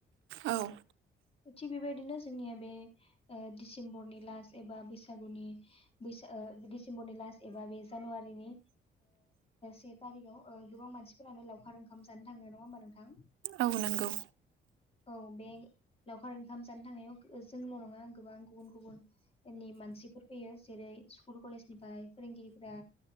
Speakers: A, on the right; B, on the left.
A: औ
B: थिग बेबायदिनो जोंनिया बे डिसेम्बरनि लास्ट एबा बैसागुनि बैसागु दिसेम्बरनि लास एबा बे जानुवारिनि से थारि गोबां मानसि लावखार ओंखाम जानो थाङो नङा होमबा नोंथां
A: औ नंगौ
B: औ बे लावखार ओंखाम जानो थांनायाव जोंल' नङा गोबां गुबुन गुबुननि मानसिफोर फैयो जेरै स्कुल कलेज निफ्राय फोरोंगिरिफोरा